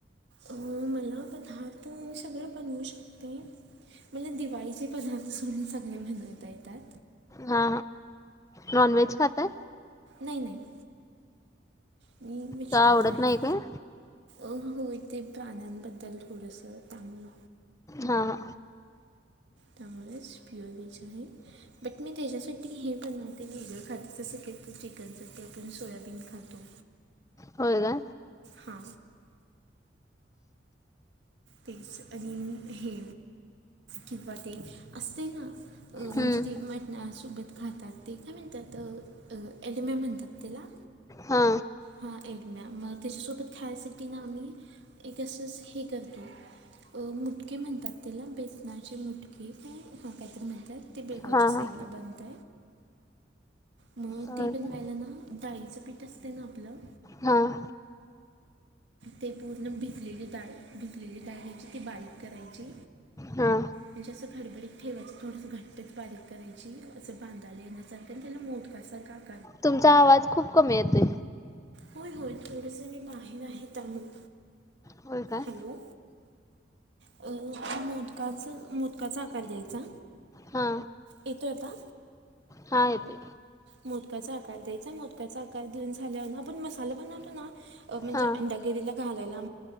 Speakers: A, on the right; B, on the left.
A: अ. मी ना पदार्थ सगळे बनवू शकते. मला दिवाळीचे पदार्थ सोडून सगळे बनवता येतात.
B: हा. नॉनव्हेज खाता?
A: नाही नाही. मी वेजिटेरियन
B: का आवडत
A: आहे.
B: नाही काय
A: अ होय. तेे प्राण्यांबद्दल थोडंस त्यामुळ.
B: हां.
A: त्यामुळेच प्युअर व्हेज आहे. बट मी त्याच्यासाठी हे बनवते. वेगळं खाते जस की चिकन साठी आपण सोयाबीन खातो.
B: होय का?
A: हा. तेच आणि हे किंवा ते असतय ना? अ -म्हणजे
B: हम्म
A: ते मटणासोबत खातात. ते काय म्हणतात? ॲलिमि म्हणतात त्याला.
B: हो.
A: हा. एगमॅ मग त्याच्यासोबत खायासाठी ना आम्ही एक असच हे करतो. अं. मुटके म्हणतात तेला बेसनाचे मुटकी काय ते काहीतरी म्हणतात. ते बेळगावच्या
B: हा
A: साईडला
B: हा
A: बनत. म
B: होय
A: ते बनवायला
B: का
A: ना? डाळीचं पीठ असते ना आपलं?
B: हं.
A: ते पूर्ण भिजलेली डाळ. भिजलेली डाळ घ्यायची ती बारीक करायची-
B: हा.
A: म्हणजे असं खडबडीत ठेवायच. थोडस घट्टच बारीक करायची. असं बांधायला येण्यासारखं. त्याला मोदकासारखा -
B: तुमचा आवाज खूप कमी येतोय.
A: होय होय. थोडसं मी बाहेर आहे त्यामुळं.
B: होय काय
A: हॅलो. अ. मोदकाच मोदकाचा आकार द्यायचा.
B: हा
A: येतोय आता?
B: हां येतोय.
A: मोदकाचा आकार द्यायचा. मोदकाचा आकार देऊन झाल्यावर, आपण मसाला बनवतो ना? अ म्हणजे?
B: हा
A: अंडाकरीला घालायला.